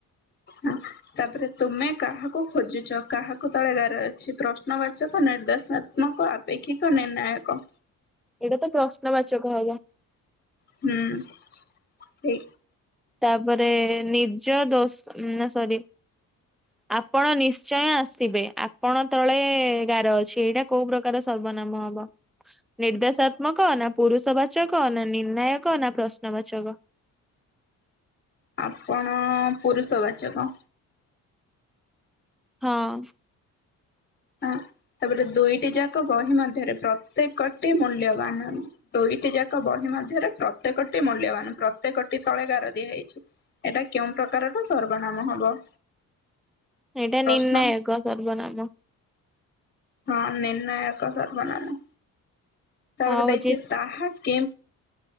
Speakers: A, on the left; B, in the centre.
A: ହୁଁ। ତାପରେ ତୁମେ କାହାକୁ ଖୋଜୁଛ କାହାକୁ ତଳେ ଗାର ଅଛି ପ୍ରଶ୍ନବାଚକ ନିର୍ଦ୍ଦେସା ମକ ଅପେକ୍ଷିକ ନିର୍ଣ୍ୟୟାକ।
B: ଏଇଟା ତ ପ୍ରଶ୍ନବାଚକ ହେଲା।
A: ହୁଁ ହେ
B: ତାପରେ ନିଜ ଦୋଷ ନା ସରି ଆପଣ ନିଶ୍ଚୟ ଆସିବେ ଆପଣ ତଳେ ଗାର ଅଛି ଏଇଟା କୋଉ ପ୍ରକ କାର ସର୍ବନାମ ହବ? ନିର୍ଦ୍ଦେଶାତ୍ମକ ନା ପୁରୁଷବାଚକ ନା ନିର୍ଣ୍ଣାୟକ ନା ପ୍ରଶ୍ନବାଚକ?
A: ଆପଣ ପୁରୁଷବାଚକ।
B: ହଁ।
A: ହଁ ତାପରେ ଦୁଇଟି ଯାକ ବହି ମଧ୍ୟରେ ପ୍ରତ୍ୟେକଟି ମୂଲ୍ୟବାନ। ଦୁଇଟି ଯାକ ବହି ମଧ୍ୟରେ ପ୍ରତ୍ୟେକଟି ମୂଲ୍ୟବାନ ପ୍ରତ୍ୟେକ ଟି ତଳେ ଗାର ଦିଆହେଇଛି। ଏଇଟା କେଉଁ ପ୍ରକାରର ସର୍ବନାମ ହବ?
B: ଏଇଟା
A: ପ୍ରଶ୍ନ
B: ନିର୍ଣ୍ଣାୟକ ସର୍ବନାମ।
A: ହଁ ନିର୍ଣ୍ଣାୟକ ସର୍ବନାମ। ତାପରେ
B: ଆଉ
A: ଦେଇଛି
B: ହଉଛି
A: ତାହା କେ